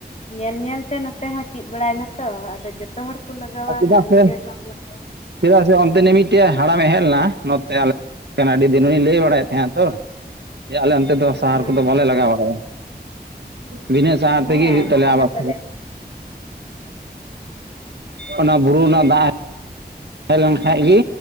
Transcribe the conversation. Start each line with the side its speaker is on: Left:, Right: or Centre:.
Left: ᱧᱮᱞ ᱧᱮᱞ ᱛᱮ ᱱᱚᱛᱮ ᱦᱚᱸ ᱪᱮ ᱵᱟᱲᱟᱭᱱᱟᱛᱚ ᱟᱫᱚ ᱡᱚᱛᱚ ᱦᱚᱲ ᱠᱚ ᱞᱟᱜᱟᱣᱟ
Right: ᱪᱮᱫᱟᱜ
Left: ᱟᱨ ᱱᱤᱡᱮᱨ
Right: ᱥᱮ
Left: ᱵᱟᱢ ᱞᱟᱜᱟᱣᱟ
Right: ᱪᱮᱫᱟᱜ ᱥᱮ ᱚᱱᱛᱮ ᱱᱤ ᱢᱤᱫᱴᱮᱡ ᱦᱟᱲᱟᱢᱮ ᱦᱮᱡ ᱞᱮᱱᱟ ᱱᱚᱛᱮ ᱟᱞᱮ ᱟᱹᱰᱤ ᱫᱤᱱ ᱦᱩᱧ ᱞᱟᱹᱭ ᱵᱟᱲᱟᱭᱮᱫ ᱛᱟᱦᱮᱸᱱᱟ ᱛᱚ ᱡᱮ ᱟᱞᱮ ᱚᱱᱛᱮ ᱫᱚ ᱥᱟᱦᱟᱨ
Left: ᱦᱮᱸ
Right: ᱠᱚᱫᱚ ᱵᱟᱞᱮ ᱞᱟᱜᱟᱣ ᱵᱟᱲᱟᱭᱟ ᱵᱤᱱᱟᱹ ᱥᱟᱦᱟᱨ
Left: ᱦᱮᱸ
Right: ᱛᱮᱜᱮ
Left: ᱦᱮᱸ
Right: ᱦᱩᱭᱩᱜ
Left: ᱞᱟᱦᱟ
Right: ᱛᱟᱞᱮᱭᱟ ᱟᱵ
Left: ᱫᱚ ᱵᱟᱞᱮ
Right: ᱚᱱᱟ ᱵᱩᱨᱩ ᱨᱮᱱᱟᱜ ᱫᱟᱜ ᱦᱮᱡ ᱞᱮᱱ ᱠᱷᱟᱡ ᱜᱮ